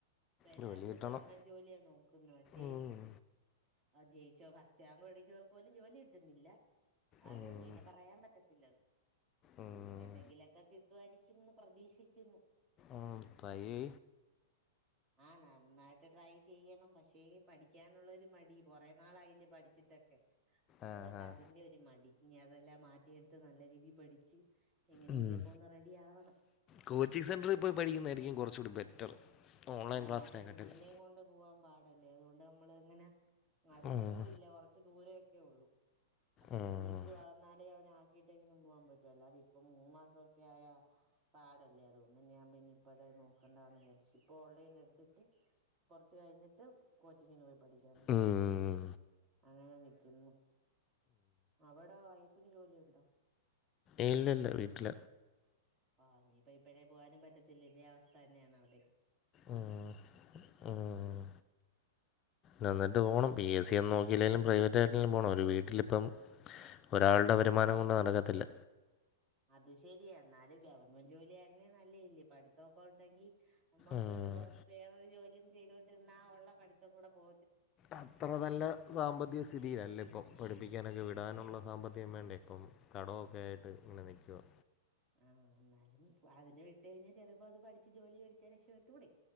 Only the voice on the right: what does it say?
ഇപ്പ എല്ലാർക്കും
ഗവൺമെന്റ് ജോലിയാ നോക്കുന്ന പക്ഷേ.
ആ ജയിച്ചോ ഫസ്റ്റ് റാങ്ക് മേടിച്ചവർക്ക് പോലും ജോലി കിട്ടുന്നില്ല അതുകൊണ്ട്
പിന്നെ പറയാൻ പറ്റത്തില്ല.
എന്നെങ്കിലൊക്കെ കിട്ടുവായിരിക്കുന്ന് പ്രതീക്ഷിക്കുന്നു
ആ നന്നായിട്ട് ട്രൈ ചെയ്യണം പക്ഷേ ഈ പഠിക്കാനുള്ളോരു മടി കുറെേ നാളായില്ലേ പഠിച്ചിട്ടൊക്കെ അതുകൊണ്ട്
അതിന്റെ ഒരു മടി ഇനി അതെല്ലാം മാറ്റിയെടുത്ത് നല്ല രീതി പഠിച്ച് എങ്ങനെങ്കിലൊക്കെ
ഒന്ന് റെഡി ആവണം
ആ
അത് കുഞ്ഞിനെയും കൊണ്ട് പോവാൻ പാടല്ലേ അതുകൊണ്ട് നമ്മൾ ഇങ്ങനെ അടുത്തേങ്ങും
ഇല്ല കുറച്ച് ദൂരേ ഒക്കെ ഉള്ളു അപ്പൊ
കുഞ്ഞിച്ചിരി വളർന്നാലേ അവനെ അ ക്കിട്ടെങ്കിലും പോകാൻ പറ്റു അല്ലാതെ ഇപ്പോ മൂന്ന് മാസോക്കെ ആയ പാടല്ലേ അതുകൊണ്ട് ഞാൻ പിന്നെ ഇപ്പഴേ നോക്കണ്ടാന്ന് വിചാരിച് ഇപ്പോ ഓൺലൈൻ എടുത്തിട്ട് കുറച്ച് കഴിഞ്ഞിട്ട് കോച്ചിങ്ങിന് പോയി പഠിക്കാന്ന് വിചാരിച്ച്
അങ്ങനെ നിക്കുന്നു അവിടോ വൈ ഫിന് ജോലിയുണ്ടോ
ആ ഇനിയിപ്പോ ഇപ്പഴേ പോവാനും പറ്റത്തില്ല ഇതേ അവസ്ഥ തന്നെയാണ് അവിടേം
അത് ശരിയ എന്നാല് ഗവൺമെന്റ് ജോലി ആയിരുന്നേ നല്ലേ അല്ലേ പഠിത്തൊക്കെ ഉണ്ടെങ്കിൽ നമ്മുക്ക്
വേറൊരു ജോലിയും ചെയ്തൊണ്ടിരുന്ന ആഉള്ള പഠിത്തോം കൂടെ പോ
ആ എന്നാലും അതിനെ വിട്ട് കഴിഞ്ഞ ചിലപ്പോ അത് പഠിച്ച് ജോലി വേടിച്ച രക്ഷവെട്ടൂടെ